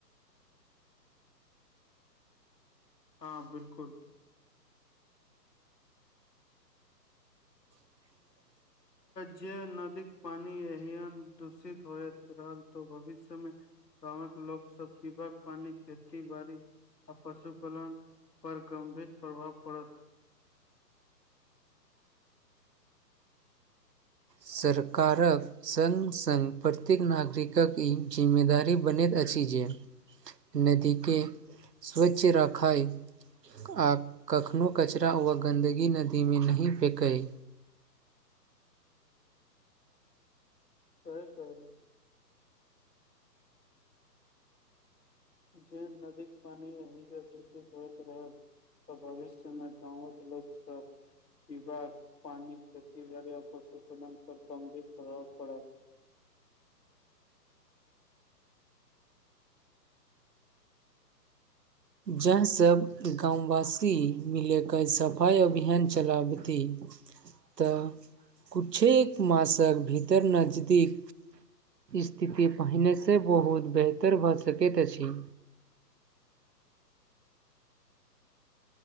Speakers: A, on the left (about 75°); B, on the right (about 75°).
A: हँ बिलकुल
B: <inaudible>
A: जे नदीक पानी यहन दूषित होत रहल तो भविष्य मे गाँवक लोक सब पीब पानी खेती बाड़ी आ पशुपालन पर गम्भीर प्रभाव पड़त
B: सरकारक सङ्ग सङ्ग प्रत्येक नागरिकक ई जिम्मेदारी बनैत अछि जे नदी के स्वच्छ रखाय आ कखनो कचरा व गन्दगी नदीमे नहि फेकय
A: सही कहह जे नदीक पानी अहीं पर दूषित होइत रहल तऽ भविष्य मे गाँव के लोक सब इ बार पानि खेती आओर पशुपालन पर गंभीर प्रभाव पड़त
B: जाहिसँ गामववासी मिलयके सफाइ अभियान चलाबतै तऽ किछु मासक भीतर नजदीक स्थिति पहिनेसँ बहुत बेहतर भऽ सकैत अछि